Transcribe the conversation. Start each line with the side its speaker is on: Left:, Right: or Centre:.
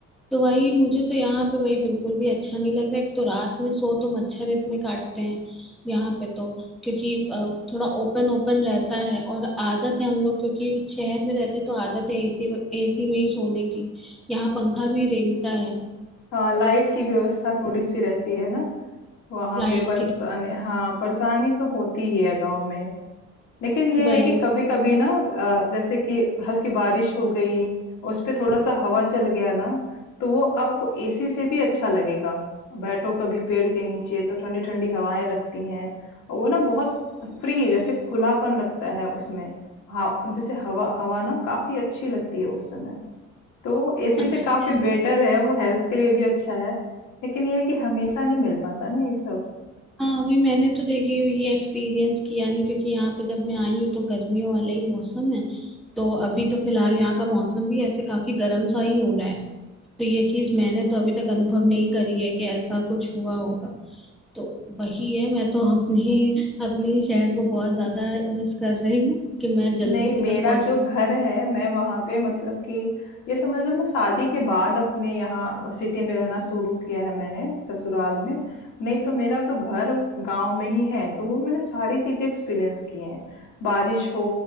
Centre: तो वही मुझे तो यहाँ पे वही बिल्कुल भी अच्छा नहीं लग रहा एक तो रात में सो तो मच्छर इतने काटते हैं यहाँ पे तो क्योंकि अ, थोड़ा ओपन ओपन रहता है और आदत है हम लोग क्योंकि शहर में रहते हैं, तो आदत है एसी एसी में ही सोने की यहाँ पंखा भी रेंगता है
Left: हाँ, लाइट की व्यवस्था थोड़ी-सी रहती है ना, वहाँ
Centre: लाइट
Left: पे परेशानी
Centre: की
Left: हाँ, परेशानी तो होती ही है गाँव में। लेकिन ये
Centre: वही
Left: है कि कभी-कभी ना अ, जैसे कि हल्की बारिश हो गई, उस पे थोड़ा-सा हवा चल गया ना, तो वो आपको एसी से भी अच्छा लगेगा। बैठो कभी पेड़ के नीचे तो ठंडी-ठंडी हवाएं लगती हैं। और वो ना बहुत फ्री जैसे खुलापन लगता है उसमें। हाँ, जैसे हवा हवा ना काफ़ी अच्छी लगती है उस समय। तो एसी
Centre: अच्छा
Left: से काफ़ी
Centre: है।
Left: बेटर है, वो हेल्थ के लिए भी अच्छा है। लेकिन ये है कि हमेशा नहीं मिल पाता ना ये सब।
Centre: हाँ वही मैंने तो देखिए ये एक्सपीरियंस किया नहीं क्योंकि यहाँ पे जब मैं आई हूँ तो गर्मियों वाला ही मौसम है तो अभी तो फिलहाल यहाँ का मौसम भी ऐसे काफी गर्म सा ही हो रहा है तो ये चीज मैंने तो अभी तक अनुभव नहीं करी है कि ऐसा कुछ हुआ होगा तो वही है मैं तो अपने <laughs> अपने ही शहर को बहुत ज्यादा मिस कर रही हूँ कि मैं जल्दी
Left: नहीं
Centre: से
Left: मेरा
Centre: बस पहुंच
Left: जो घर है मैं वहां पे मतलब कि ये समझ लो मैं शादी के बाद अपने यहाँ सिटी में रहना शुरू किया है मैंने ससुराल में नहीं तो मेरा तो घर गांव में ही है तो वो मैंने सारी चीजें एक्सपीरियंस की हैं बारिश हो